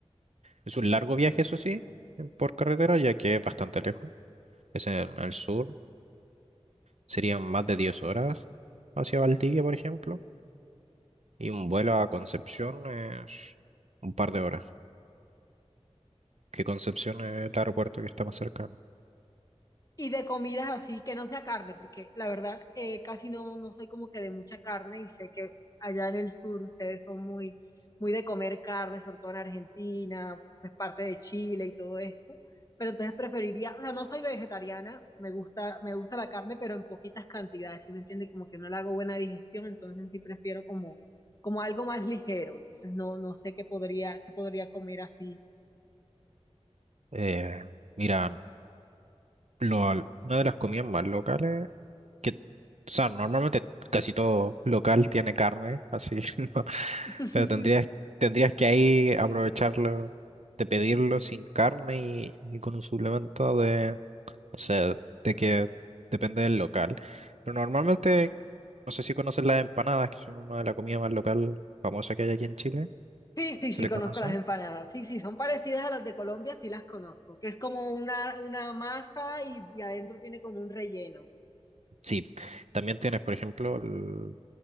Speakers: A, on the right; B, on the left.
A: Es un largo viaje, eso sí, eh, por carretera, ya que es bastante lejos. Es en el sur, serían más de 10 horas hacia Valdivia, por ejemplo Y un vuelo a Concepción es un par de horas. Que Concepción es el aeropuerto que está más cercano.
B: Y de comidas así, que no sea carne, porque la verdad eh, casi no, no soy como que de mucha carne y sé que allá en el sur ustedes son muy, muy de comer carne, sobre todo en Argentina, pues parte de Chile y todo esto. Pero entonces preferiría, o sea, no soy vegetariana, me gusta, me gusta la carne, pero en poquitas cantidades, ¿sí me entiende? Como que no le hago buena digestión, entonces sí prefiero como, como algo más ligero. Entonces no, no sé qué podría, qué podría comer así.
A: Eh, mira, lo- una de las comidas más locales, que, o sea, normalmente casi todo local tiene carne, así que <laughs> no,
B: <laughs>
A: pero tendrías, tendrías que ahí aprovecharlo, de pedirlo sin carne y, y con un suplemento de, o sea, de que depende del local. Pero normalmente, no sé si conoces las empanadas, que son una de las comidas más local famosa que hay aquí en Chile.
B: Sí, sí,
A: ¿Se
B: sí,
A: le
B: conozco
A: conoce?
B: las empanadas. Sí, sí, son parecidas a las de Colombia, sí las conozco, que es como una, una masa y, y adentro tiene como un relleno.
A: Sí. También tienes, por ejemplo, el,